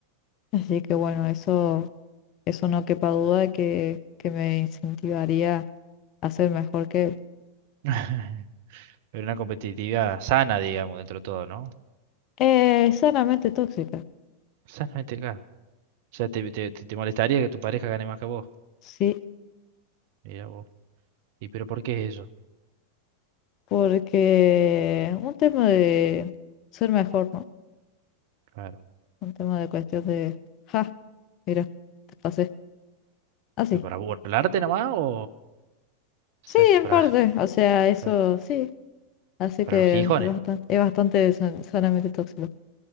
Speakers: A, on the left; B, on the right.
A: Así que bueno, eso eso no quepa duda que, que me incentivaría a ser mejor que él.
B: <laughs> Pero una competitividad sana, digamos, dentro de todo, ¿no?
A: Eh, sanamente tóxica,
B: Sanamente, claro. O sea, te, te, te- te molestaría que tu pareja gane más que vos.
A: sí,
B: Mira vos. ¿Y pero por qué es eso?
A: porque un tema de ser mejor, ¿no?
B: Claro.
A: Un tema de cuestión de, ja, mira, te pasé. Así.
B: ¿Pero para burlarte nomás o se
A: Sí,
B: hace
A: en
B: para,
A: parte,
B: la-
A: o sea, eso
B: para,
A: sí, así
B: para
A: que
B: los gijones?
A: es bastante, es bastante san- sanamente tóxico.